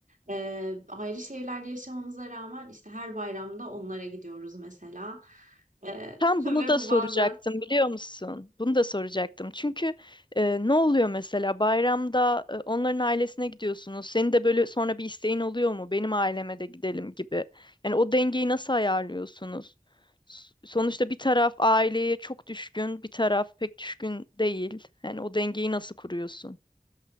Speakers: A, on the right; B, on the left.
A: Ee, ayrı şehirlerde yaşamamıza rağmen işte her bayramda onlara gidiyoruz mesela. Ee,
B: Tam
A: <laughs> ve
B: bunu da
A: bu
B: soracaktım
A: bazen
B: biliyor musun? Bunu da soracaktım. Çünkü e, ne oluyor mesela bayramda e, onların ailesine gidiyorsunuz. Senin de böyle sonra bir isteğin oluyor mu? Benim aileme de gidelim gibi. Yani o dengeyi nasıl ayarlıyorsunuz? S- Sonuçta bir taraf aileye çok düşkün, bir taraf pek düşkün değil. Yani o dengeyi nasıl kuruyorsun?